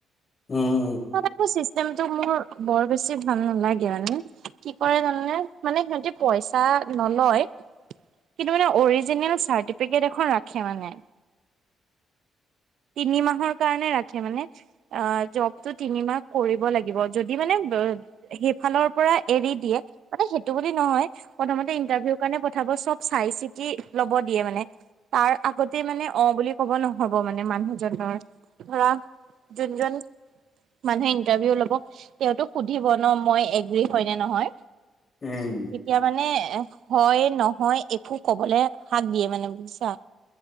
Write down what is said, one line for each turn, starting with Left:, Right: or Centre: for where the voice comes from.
Left: উম।
Right: <unintelligible> চিষ্টেমটো মোৰ বৰ বেছি ভাল নালাগে মানে, কি কৰে জানানে? মানে সিহঁতি পইচা নলয়, কিন্তু মানে অৰিজিনেল চাৰ্টিফিকেট এখন ৰাখে মানে।
Left: <inaudible>
Right: তিনি মাহৰ কাৰণে ৰাখে মানে। অ', জবটো তিনিমাহ কৰিব লাগিব, যদি মানে সেইফালৰ পৰা এৰি দিয়ে, মানে সেইটো বুলি নহয় প্ৰথমতে ইন্টাৰভিউৰ কাৰণে পঠাব, চব চাই চিতি ল'ব দিয়ে মানে। তাৰ আগতে মানে, অ' বুলি ক'ব নহ'ব মানে মানুহজনৰ। ধৰা জোনজন মানুহে ইণ্টাৰভিউ ল'বক, তেওঁতো সুধিব নহ মই এগ্ৰী হয়নে নহয়?
Left: উম।
Right: তেতিয়া মানে হয়-নহয় একো ক'বলে হাক দিয়ে মানে বুজিছাঁ?